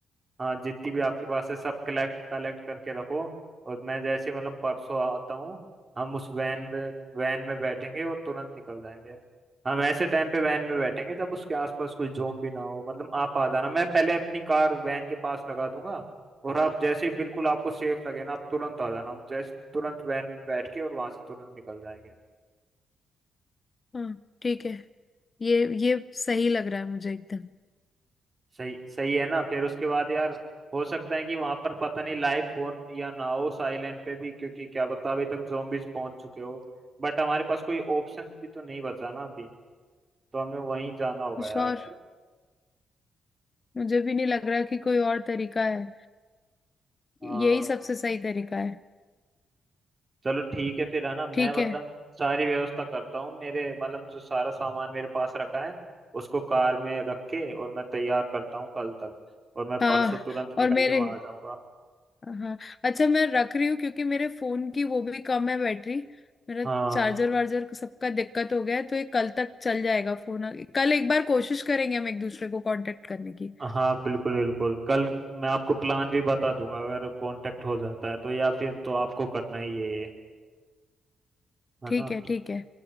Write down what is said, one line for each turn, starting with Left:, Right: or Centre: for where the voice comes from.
Right: हाँ जितनी भी आपके पास है सब कलेक्ट कलेक्ट करके रखो और मैं जैसे मतलब परसों आता हूँ हम उस वैन में वैन में बैठेंगे और तुरंत निकल जाएंगे हम ऐसे टाइम पे वैन में बैठेंगे जब उसके आसपास कोई जोम भी ना हो मतलब आप आ जाना मैं पहले अपनी कार वैन के पास लगा दूंगा और आप जैसे ही बिल्कुल आपको सेफ लगे ना आप तुरंत आ जाना हम जैसे तुरंत वैन में बैठ के और वहां से तुरंत निकल जाएंगे
Left: हाँ ठीक है ये ये सही लग रहा है मुझे एकदम
Right: सही सही है ना फिर उसके बाद यार हो सकता है कि वहां पर पता नहीं लाइफ हो या ना हो साइलेंट पे भी क्योंकि क्या पता अभी तक zombies पहुंच चुके हो बट हमारे पास कोई ऑप्शन भी तो नहीं बचा ना अभी तो हमें वहीं जाना होगा
Left: कुछ
Right: यार
Left: और मुझे भी नहीं लग रहा कि कोई और तरीका है
Right: हाँ
Left: यही सबसे सही तरीका है
Right: चलो ठीक है फिर है ना मैं
Left: ठीक
Right: मतलब
Left: है
Right: सारी व्यवस्था करता हूँ मेरे मतलब जो सारा सामान मेरे पास रखा है उसको कार में रख के और मैं तैयार करता हूँ कल तक और मैं
Left: हाँ
Right: परसों तुरंत निकल
Left: और मेरे
Right: के वहां आ जाऊंगा
Left: हाँ अच्छा मैं रख रही हूँ क्योंकि मेरे फोन की वो भी कम है बैटरी मेरा
Right: हाँ
Left: चार्जर वार्जर सबका दिक्कत हो गया है तो ये कल तक चल जाएगा फोन कल एक बार कोशिश करेंगे हम एक दूसरे को कांटेक्ट करने की
Right: हाँ बिल्कुल बिल्कुल कल मैं आपको प्लान भी बता दूंगा अगर कांटेक्ट हो जाता है तो या फिर तो आपको करना ही है ये है
Left: ठीक
Right: ना
Left: है ठीक है